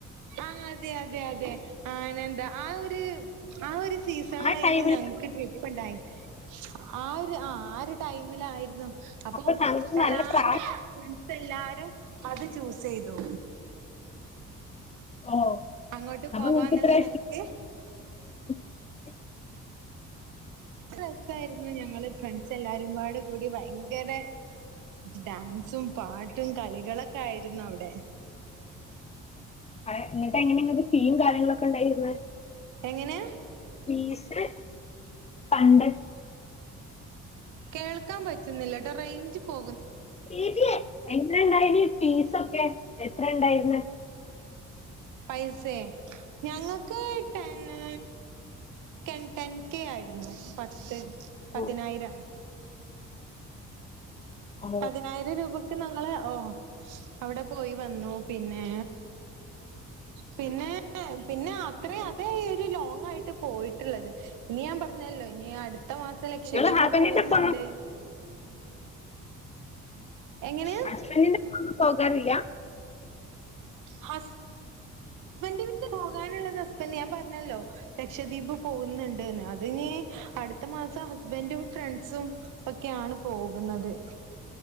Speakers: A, on the right; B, on the left.
A: ആ അതെ അതെ അതെ ആനന്ദം ആ ഒരു ആ ഒരു സീസണിലായിരുന്ന്
B: ആ ടൈമിൽ
A: ഞങ്ങക്ക് ട്രിപ്പ് ഉണ്ടായി ആ ഒരു ആ ആ ഒരു ടൈമിലായിരുന്നു. അപ്പം
B: അപ്പൊ താങ്കൾക്ക്
A: എല്ലാരും
B: നല്ല പ്രായം
A: എല്ലാരും അത് ചൂസ് ചെയ്തു.
B: ഓ
A: അങ്ങോട്ട്
B: അപ്പൊ
A: പോവാന്നുള്ള
B: നിനക്ക്ത്ര
A: നിലക്ക്
B: <unintelligible>
A: രസായിരുന്നു ഞങ്ങള് ഫ്രണ്ട്സ് എല്ലാരുംപാടെ കൂടി ഭയങ്കര ഡാ ൻസും പാട്ടും കളികളൊക്കെ ആയിരുന്നു അവിടെ
B: ആ എന്നിട്ട് എങ്ങനെങ്ങ ഫീയും കാര്യങ്ങളൊക്കെ ഉണ്ടായിരുന്നെ
A: എങ്ങനെ
B: ഫീസ് പണ്ട്
A: കേൾക്കാൻ പറ്റുന്നില്ല ട്ടോ റേഞ്ച് പോ
B: ശരിയ എങ്ങന ഇണ്ടായിരുന്നു ഫീസൊക്കെ എത്ര ണ്ടായിർന്ന്?
A: പൈസേ ഞങ്ങൾക്ക് ടെന് ടെൻ ടെൻ കെ ആയിരുന്നു പത്ത് പതിനായിരം
B: ഓ ഓ.
A: പതിനായിരം രൂപക്ക് ങ്ങള് ഓ അവിടെ പോയി വന്നു പിന്നെ പിന്നെ പിന്നെ അത്രയും അതേ ഒരു ലോങ് ആയിട്ട് പോയിട്ടുള്ളത് ഇനി ഞാൻ പറഞ്ഞല്ലോ ഇനി അടു ത്ത മാസം ലക്ഷദ്വീപ്
B: നിങ്ങള് ഹസ്ബൻഡിന്റെ
A: പോകുന്നുണ്ട്.
B: ഒപ്പം ഒന്നും
A: എങ്ങനെയാ?
B: ഹസ്ബൻഡിന്റെ പോകാറില്ല?
A: ഹസ് <unintelligible> പോകാനുള്ളത് ഹസ്ബന്റ് ഞാൻ പറഞ്ഞല്ലോ ലക്ഷദ്വീപ് പോകുന്നുണ്ട്ന്ന് അതിനി അടുത്ത മാസം ഹസ്ബന്റും ഫ്രണ്ട്സും ഒക്കെയാണ് പോകുന്നത്.